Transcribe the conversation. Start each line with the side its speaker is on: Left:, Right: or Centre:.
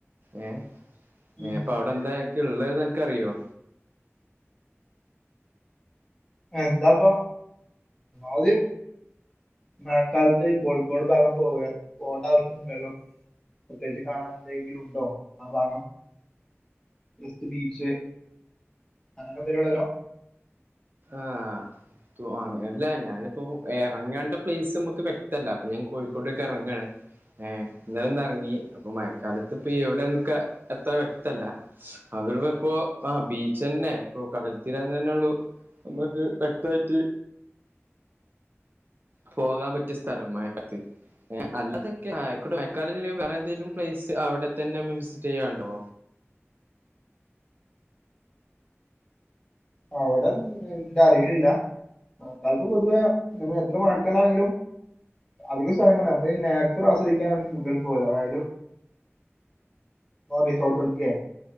Right: ഏ
Left: ഉം
Right: ഏ അപ്പൊ അവിടെ എന്താ ഒക്കെ ഉള്ളത്ന്ന് എനക്ക്റിയോ
Left: എന്താപ്പൊ അതി മഴ ക്കാലത്ത് ഈ കോഴിക്കോട് ഭാഗം പോവ പോകേണ്ട ആവശ്യമ ഇില്ലല്ലോ പ്രത്യ കിച് കാണാൻ എന്തെങ്കിലും ഉണ്ടോ ആ ഭാഗം വെസ്റ്റ് ബീച്ച് അങ്ങങ്ങനെന്തലള്ളല്ലോ
Right: ആഹ അങ്ങനല്ല ഞാനിപ്പോ ഇറങ്ങേണ്ട പ്ലേസ് നമുക്ക് വ്യക്തല്ല അപ്പൊ ഞാൻ കോഴിക്കോടൊക്കെ ഇറങ്ങയാണ് ഏ ഇന്നാലം എന്ത ഇറങ്ങി അപ്പൊ മഴക്കാലത്ത് ഇപ്പൊ എവിടെന്നൊക്കെ എത്ര വ്യക്തല്ല അവരുടെ ഇപ്പോൊ ആ ബീച്ച് തന്നെ ഇപ്പൊ കടൽത്തീരാന്ന് തന്നെ ഉള്ളു നമ്മുക്ക് വക്തമായിട്ട് പോകാൻ പറ്റിയ സ്ഥലം മയക്കാലത്ത് അതൊക്കെ മേക്കാല വേറെ എന്തേലും പ്ലേസ് അവിടെ തന്നെ നമ്മ വിസിറ്റ് ചെയ്യുണ്ടോ
Left: അവിട ഇന്റെ അറിവിലില്ല മയ ക്കാലത്ത് പൊതുവേ ന എത്ര മഴക്കാലാണെങ്കിലും അതിിക സ്വലം നമ്മ നാച്ചുർ ആസ്വധി ക്കാനാണ് കൂടുതൽ പോവ ല് അതായത് റിസോർട്ടട് ക്ക